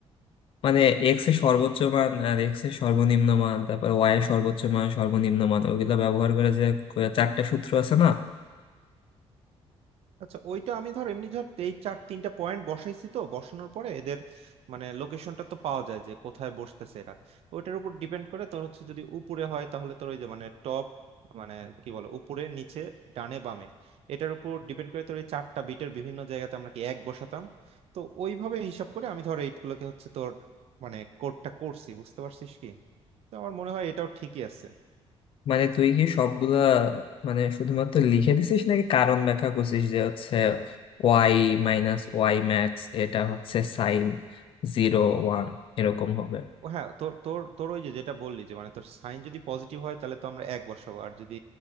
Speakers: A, on the left; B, on the right.
A: মানে এক্স এর সর্বোচ্চ মান আর এক্স এর সর্বনিম্ন মান তারপর ওয়াই এর সর্বোচ্চ মান সর্বনিম্ন মান ওইগুলো ব্যবহার করে যে ক- চারটা সূত্র আছে না
B: আচ্ছা ওইটা আমি ধর এমনি ধর এই চার তিনটা পয়েন্ট বসাইছি তো বসানোর পরে এদের মানে লোকেশনটা তো পাওয়া যায় যে কোথায় বসতেছে এরা ওইটার উপর ডিপেন্ড করে তোর হচ্ছে যদি উপরে হয় তাহলে তোর ওই যে মানে টপ মানে কি বলো উপরে নিচে ডানে বামে এটার উপর ডিপেন্ড করে তোর এই চারটা বিটের বিভিন্ন জায়গাতে আমরা কি এক বসাতাম তো ওইভাবে হিসাব করে আমি ধর এইগুলোকে হচ্ছে তোর মানে কোডটা করছি বুঝতে পারছিস কি তো আমার মনে হয় এটাও ঠিকই আছে
A: মানে তুই কি সবগুলা মানে শুধুমাত্র লিখে দিছিস নাকি কারণ ব্যাখ্যা করছিস যে হচ্ছে ওয়াই মাইনাস ওয়াই ম্যাক্স এটা হচ্ছে সাইন জিরো ওয়ান এরকম হবে
B: ও হ্যাঁ তোর তোর তোর ওই যে যেটা বললি যে মানে তোর সাইন যদি পজিটিভ হয় তাহলে তো আমরা এক বসাবো আর যদি